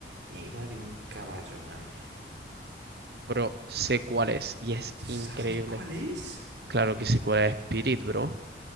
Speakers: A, on the right; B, on the right.
A: E iba de un caballo, man.
B: Bro, sé cuál es, y es
A: ¿Sabes
B: increíble.
A: cuál es?
B: Claro que sé cuál es Spirit, bro. O